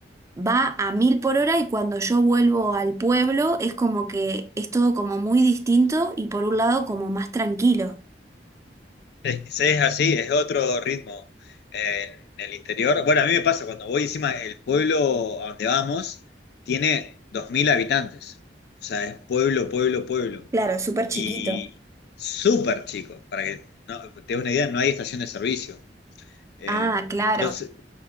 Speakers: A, on the right; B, on the left.
A: va a mil por hora y cuando yo vuelvo al pueblo es como que es todo como muy distinto y por un lado como más tranquilo.
B: Es, sí, es así, es otro ritmo eh, en el interior. Bueno, a mí me pasa cuando voy encima, el pueblo a donde vamos tiene 2.000 habitantes. O sea, es pueblo, pueblo, pueblo.
A: Claro, súper chiquito.
B: Y súper chico, para que no, te des una idea, no hay estación de servicio. Eh,
A: Ah, claro,
B: entonces,